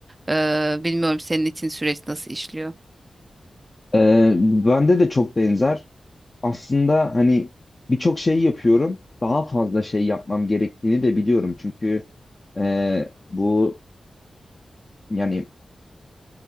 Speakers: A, on the right; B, on the left.
A: E, bilmiyorum senin için süreç nasıl işliyor?
B: Ee, bende de çok benzer. Aslında hani birçok şey yapıyorum. Daha fazla şey yapmam gerektiğini de biliyorum. Çünkü e, bu yani